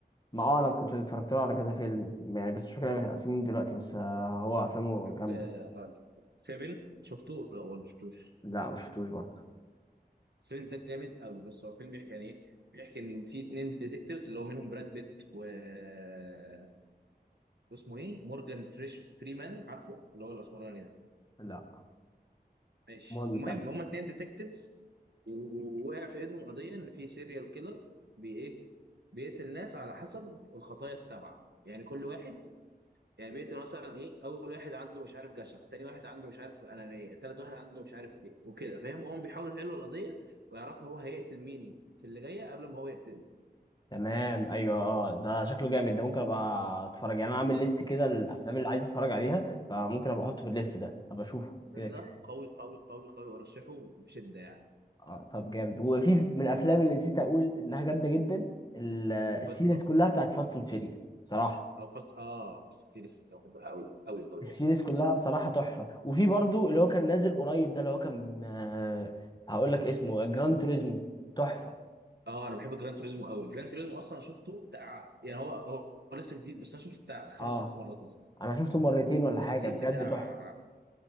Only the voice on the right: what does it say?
بحب
هالا 7 شفته ولا ولا ما شفتوش
7 ده جامد قوي بس هو فيلم بيحكي عن ايه بيحكي ان في اتنين ديتكتيفز اللي هو منهم براد بيت و... آه، واسمه ايه مورجان فريش فريمان عارفه اللي هو الاسمراني ده
ماشي
المهم
هما اتنين ديتكتيفز ووقع في ايدهم قضيه ان في سيريال كيلر بي ايه بيقتل ناس على حسب الخطايا السبعه يعني كل واحد يعني بيقتل مثلا ايه اول واحد عنده مش عارف جشع تاني واحد عنده مش عارف انانيه تالت واحد عنده مش عارف ايه وكده فاهم وهم بيحاولوا يحلوا القضيه ويعرفوا هو هيقتل مين في اللي جايه قبل ما هو يقتله
الفيلم ده
الفيلم
ده قوي قوي قوي قوي ارشحه بشده يعني
فايت كلاب
او فاست اه فاست فيريس بحبها قوي قوي قوي
يعني
اه انا بحب جراند توريزمو قوي جراند توريزمو اصلا شفته بتاع يعني هو هو هو لسه جديد بس انا شفته بتاع خمس
ست مرات مثلا
السين
بتاع